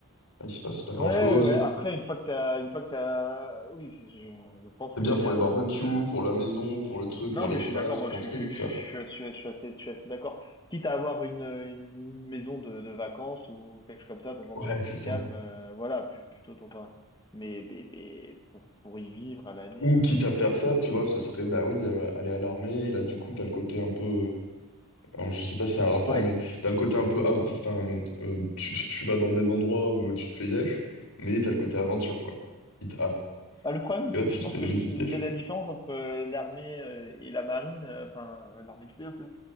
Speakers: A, on the left; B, on the left.
A: il se passe pas grand-chose.
B: Ouais, ouais. ouais. Après, une fois que t'as, une fois que t'as, oui, je, je je pense
A: C'est bien
B: qu'il
A: pour
B: y a
A: les barbecues,
B: aussi. euh,
A: pour la maison,
B: Hum,
A: pour le truc,
B: Non,
A: pour l'espace,
B: mais je suis d'accord, moi
A: pour
B: je,
A: un
B: suis-
A: truc,
B: je, suis-
A: tu vois.
B: je, suis- je, suis je suis assez, je suis assez d'accord. Quitte à avoir une, une maison de, de vacances ou quelque chose comme ça, dans un endroit
A: Ouais,
B: plus
A: c'est ça.
B: calme, euh, voilà, plus, plutôt dans un... Mais, mais, mais pour, pour y vivre à l'année...
A: Ou
B: euh,
A: quitte à faire ça, tu vois, ce serait, bah oui, euh, aller à l'armée, et là, du coup, t'as le côté un peu... Alors, je sais pas si c'est un rapport,
B: Ouais.
A: mais t'as le côté un peu. ah, Enfin, euh, tu, tu vas dans des endroits où euh, tu te fais yesh, mais t'as le côté aventure, quoi. Quitte a
B: Ah, le problème,
A: Et là, tu
B: je
A: te
B: pense
A: fais
B: que la,
A: juste yesh.
B: la différence entre euh, l'armée euh, et la marine, euh, enfin euh, l'armée de terre, tu vois,